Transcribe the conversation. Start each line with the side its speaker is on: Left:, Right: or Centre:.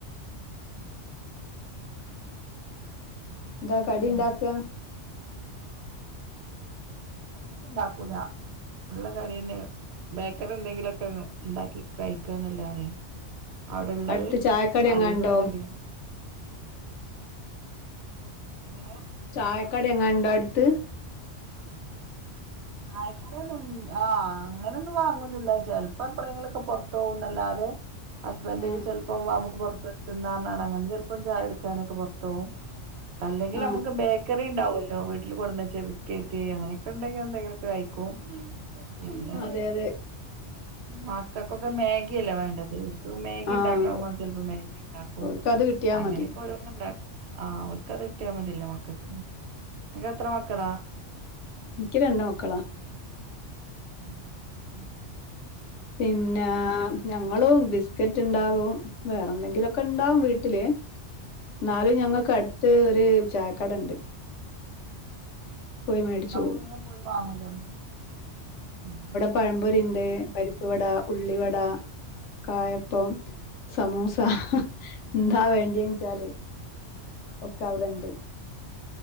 Right: <inaudible>
Left: ന്താ
Right: ഉണ്ടാക്കാ
Left: കടിണ്ടാക്ക
Right: കടി ഒന്നുണ്ടാക്കൂല ഇള്ള കട്യെന്നെ ബേക്കറി എന്തെങ്കിലൊക്കെ ഇണ്ടാക്കി കയ്ക്കാന്നല്ലാതെ അവ്ടെള്ളത്
Left: അടുത്ത് ചായക്കടി എങ്ങാണ്ടോ
Right: അല്ലെങ്കിൽ ഒന്നുൽ എങ്ങനെ
Left: ചായക്കടി എങ്ങാണ്ടോ അടുത്ത്
Right: ആ ആയി ആഹ് അങ്ങെനൊന്നും വാങ്ങൊന്നുല്ല ചെൽപ്പ എപ്പളെങ്കിലൊക്കെ പൊർത്ത് പോന്നല്ലാതെ ഹസ്ബൻഡ്
Left: ഏഹ്
Right: ഒക്കെ ചെൽപ്പം വാ നമുക്ക് പൊർത്ത് പോയി തിന്നാർഞാണ്ടങ്ങനെ ചെൽപം ചായുടിക്കാനൊക്കെ പൊർത്തോവും അല്ലെങ്കി
Left: ആഹ്
Right: നമുക്ക് ബേക്കറീ ഇണ്ടാവൊല്ലോ വീട്ടില് കൊട്ന്ന്ച്ചേ ബിസ്ക്കീറ്റ് അങ്ങനെക്കെ ഇണ്ടെങ്കി കയിക്കും പിന്നെ
Left: അതെ അതെ
Right: മക്കക്കൊക്കെ മാഗി അല്ലേ വേണ്ടത് മേഗി
Left: ആഹ്
Right: ഉണ്ടാക്കാം പറഞ്ഞ ചെൽപ്പോ മാഗി ഇണ്ടാക്കും
Left: ഓൽക്കത് കിട്ടിയാ
Right: അങ്ങനെക്കെ
Left: മതി
Right: ഓരോന്ന് ഇണ്ടാക്കും ആഹ് ഓല്ക്ക്‌ അത് കിട്ട്യാ മത്യേല്ലോ മക്കക്ക് ഇങ്ങക്ക് എത്ര മക്കളാ
Left: ആൻക്ക് രണ്ട് മക്കളാ
Right: ഉം <inaudible>
Left: പിന്നെ ഞങ്ങളും ബിസ്ക്കറ്റ് ഇണ്ടാകും വേറെന്തെങ്കിലൊക്കെ ഇണ്ടാകും വീട്ടില് ഇന്നാലും ഞങ്ങക്കട്ത്ത് ര് ചായക്കടണ്ട് മേടിച്ചു
Right: അപ്പൊ
Left: പോവും
Right: വേം പോയി വാങ്ങൂലേ നമ്മള് ഉം
Left: പഴംപൊരിണ്ട് പരിപ്പ് വട ഉള്ളിവട കായപ്പം സമൂസ് എന്താ വേണ്ടീന്ച്ചാല് ഒക്കെ അവ്ടെണ്ട്